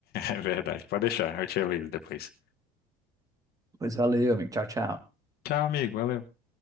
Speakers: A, on the left; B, on the right.
A: É verdade. Pode deixar, eu te aviso depois.
B: Pois valeu, amigo. Tchau, tchau.
A: Tchau, amigo. Valeu.